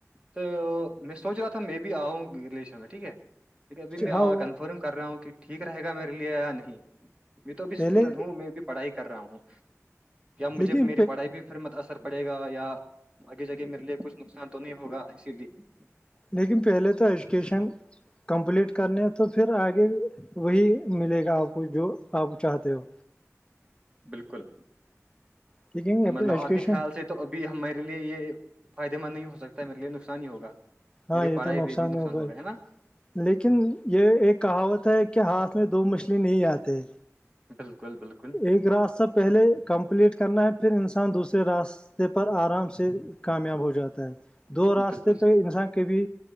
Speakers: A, on the right (about 20°); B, on the left (about 20°).
A: تو میں سوچ رہا تھا میں بھی آؤں ریلیشن میں ٹھیک ہے ابھی میں
B: ہاں
A: کنفرم کر رہا ہوں کہ ٹھیک رہے گا میرے لیے یا نہیں میں تو بھیھی
B: پہلے
A: اسٹوڈینٹ ہوں میں بھی پڑھائی کر رہا ہوں کیا مجھے
B: لیکن
A: میری پڑھائی پہ پھر اثر پڑے گا یا آگے کےے میرے لیے کچھ نقصان تو نہیں ہوگا اسی لیے
B: لیکن پہلے تو ایجوکیشن کمپلیٹ کرنے ہیں تو پھر آگے وہی ملے گا آپ کو جو آپ چاہتے ہو
A: بالکل
B: لیکن
A: تو مطلب
B: ایجوکیشن
A: آپ کے خیال سے تو ابھی ہم میرے لیے یہ فائدے مند نہیں ہو سکتا ہے میرے لیے نقصان ہی ہوگا
B: ہاں
A: میری
B: یہ
A: پڑھائی
B: تو
A: پہ بھی نقصان
B: ہی
A: ہو
B: گئے
A: گیا ہے نا
B: لیکن یہ ایک کہاوت ہے کہ ہاتھ میں دو مچھلی نہیں آتے
A: بالکل بالکل
B: ایک راستہ پہلے کمپلیٹ کرنا ہے پھر انسان دوسرے راستے پر آرام سے کامیاب ہو جاتا ہے دو راستے
A: بالکل
B: پہ
A: صحیح
B: انسان
A: بات
B: کے بھی